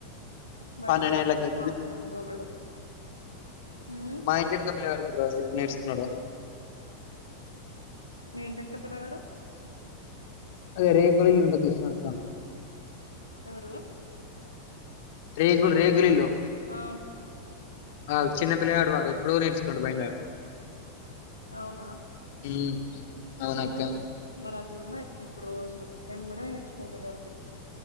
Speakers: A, on the left (about 80°); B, on the left (about 50°).
A: బండి
B: పన్నెండేళ్ళకి
A: దోలడం. వాహనం దోలడం. ఉమ్
B: మా ఇంటి ఎనకా పిలగాడుకి కూడా రాదు ఎప్పుడు నేర్సుకున్నాడో
A: మీ ఇంటెన్క పిలగాడు
B: అదే రేకుల ఇల్లు జుసిన అక్క
A: ఎవరూ
B: రేకులు రేకులిల్లు,
A: ఆ
B: ఆ చిన్న పిల్లగాడు వాడు ప్పుడో నేర్సుకుండు బండి ఆడు
A: అవునా
B: ఉమ్ అవునక్క
A: ఉమ్ మరి అట్లున్నాయి ఇప్పుడు రోజులు ఎంబడే నేర్చుకుంటున్నారు పిల్లలు